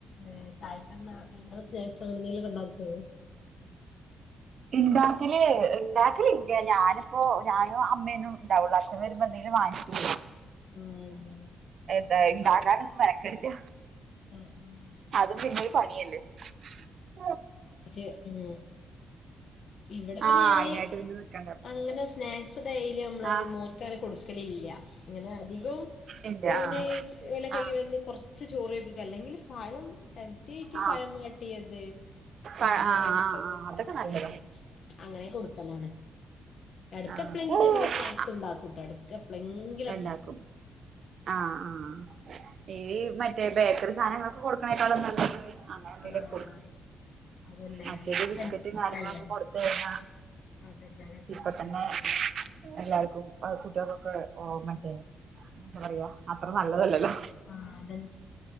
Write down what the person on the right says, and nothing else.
ഉണ്ടാക്കില്േ ഉണ്ടാക്കില ഇില്ല ഞാനിപ്പോൊ ഞാനും അമ്മേനും ഉണ്ടാവുള്ളൂ അച്ഛന വരുമ്പോ എന്തെങ്കിലും വാങ്ങിച്ചൂോ
ഉണ്ടാകാനൊന്നും വരക്കടില്ല
അതും പിന്നെരു പണിയല്ലേ ഉ
ആ
അയിനായിട്ട് പിന്നെ നിക്കണ്ട അപ്പൊ
ആ
ഇല്ല
ആ ആ
ആ
ആ
ആ
ആ
അതൊക്കെ നല്ലതാ
ആ
ഉണ്ടാക്കും ആ ആ ഈ മറ്റേ ബേക്കറി സാനങ്ങളൊക്കെ കൊടുക്കണേക്കാളുംന്നല്ലത് അങ്ങനെന്തേലു
കൊട്ക്
മറ്റേത്
ബിസ്ക്കറ്റും
കാര്യങ്ങളൊക്കെ കൊടുത്തഴഞ്ഞാ
ഇപ്പ
തന്നെ എല്ലാർക്കും കുട്ട്യാക്കൊക്കെ ഓ മറ്റേ എന്താ പറയാ അത്ര നല്ലതല്ലല്ലോ